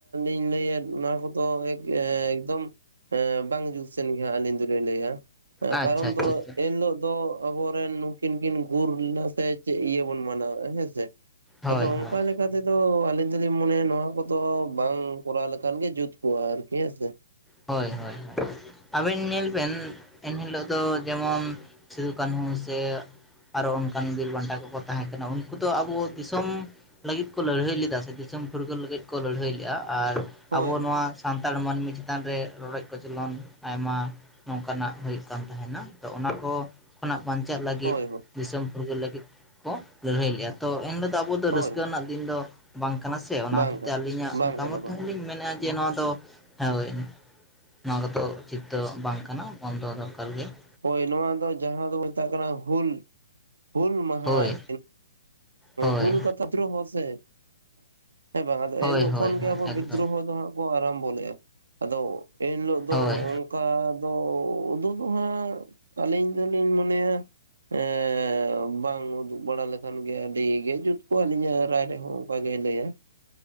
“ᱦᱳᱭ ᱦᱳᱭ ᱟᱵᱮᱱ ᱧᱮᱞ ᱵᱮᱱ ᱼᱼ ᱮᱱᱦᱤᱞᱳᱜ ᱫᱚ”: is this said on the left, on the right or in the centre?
Centre